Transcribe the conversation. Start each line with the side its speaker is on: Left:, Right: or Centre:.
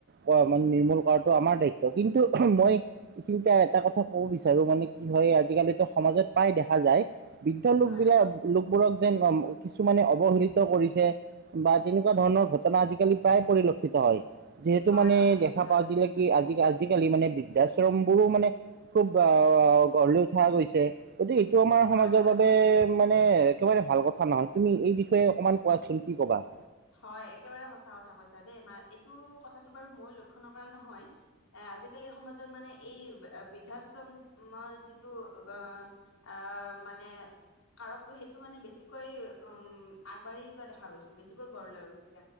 Right: ক মান নিৰ্মূল কৰাটো আমাৰ দায়িত্ব। কিন্তু মই কিন্তু এটা কথা কব বিচাৰো মানে কি হয় আজিকালিতো সমাজত পাই, দেখা যায়। বৃদ্ধ লোকবিলাক
Left: হয়
Right: লোকবোৰক যেন কিছুমানে অৱহেলিত কৰিছে' বা তেনেকুৱা ধৰণৰ আজিকালি প্ৰায় পৰিলক্ষিত হয়। যিহেতু
Left: হয়
Right: মানে
Left: হয় নিশ্চয়
Right: দেখা পাওঁ যি কি আজি আজিকালি মানে বৃদ্ধাশ্ৰম বোৰো মানে খুব আহ গঢ় লৈ উঠা গৈছে। গতিকে এইটো আমাৰ
Left: হয়
Right: সমাজৰ
Left: হয়
Right: বাবে মানে একেবাৰে ভাল কথা নহয় তুমি এই বিষয়ে অকমান কোৱাচোন কি কবান
Left: হয় একেবাৰে সঁচা কথা কৈছা দেই মা এইটো' কথাটো' বাৰু মই লক্ষ্য নকৰা নহয়! এ আজিকালি সমাজত মানে এই বৃদ্ধাশ্ৰমৰ যিটো আহ অ মানে কাৰকো সেইটো মানে বেছিকৈ উম আগবাঢ়ি যোৱা দেখা পাইছো, বেছিকৈ গঢ় লৈ উঠিছে।